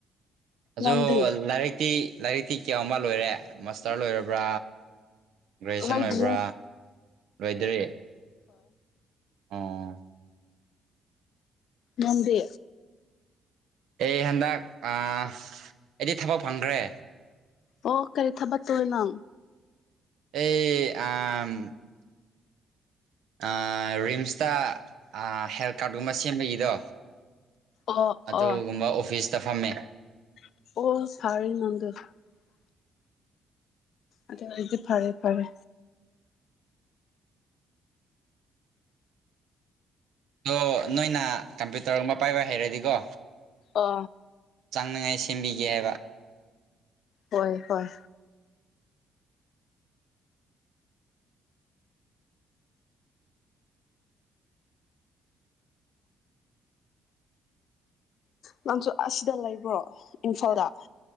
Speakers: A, on the right (about 75°); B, on the left (about 70°).
A: ꯑꯖꯣ
B: ꯅꯪꯗꯤ
A: ꯂꯥꯏꯔꯤꯛꯇꯤ ꯂꯥꯏꯔꯤꯛꯇꯤ ꯀꯌꯥꯎꯝꯕ ꯂꯣꯏꯔꯦ ꯃꯥꯁꯇ꯭ꯔ ꯂꯣꯏꯔꯕ꯭ꯔꯥ ꯒ꯭ꯔꯦꯖ꯭ꯌꯦꯁꯟ
B: ꯂꯣꯏꯗ꯭ꯔꯤ
A: ꯂꯣꯏꯕ꯭ꯔꯥ ꯂꯣꯏꯗ꯭ꯔꯤ ꯑꯣ
B: ꯅꯟꯗꯤ
A: ꯑꯦ ꯍꯟꯗꯛ ꯑꯥ ꯑꯩꯗꯤ ꯊꯕꯛ ꯐꯪꯒ꯭ꯔꯦ
B: ꯑꯣ ꯀꯔꯤ ꯊꯕꯛ ꯇꯣꯏꯅꯣ
A: ꯑꯦ ꯑꯥꯝ ꯑꯥ ꯔꯤꯝꯁꯇ ꯑꯥ ꯍꯦꯜꯊ ꯀꯥ꯭ꯔꯠ ꯒꯨꯝꯕ ꯁꯦꯝꯕꯒꯤꯗꯣ
B: ꯑꯣ
A: ꯑꯗꯨꯒꯨꯝꯕ
B: ꯑꯣ
A: ꯑꯣꯐꯤꯁꯇ ꯐꯝꯃꯦ
B: <unintelligible> ꯑꯗꯨꯢ ꯑꯣꯢꯗꯤ ꯐꯔꯦ ꯐꯔꯦ
A: ꯗꯣ ꯅꯣꯏꯅ ꯀꯝꯄ꯭ꯌꯨꯇ꯭ꯔꯒꯨꯝꯕ ꯄꯥꯏꯕ ꯍꯩꯔꯗꯤꯀꯣ
B: ꯑ
A: ꯇꯥꯡꯅꯉꯥꯏ ꯁꯦꯝꯕꯤꯒꯦ ꯍꯥꯏꯕ
B: ꯍꯣꯏ ꯍꯣꯏ ꯅꯪꯁꯨ ꯑꯁꯤꯗ ꯂꯩꯕ꯭ꯔꯣ ꯏꯝꯐꯥꯜꯗ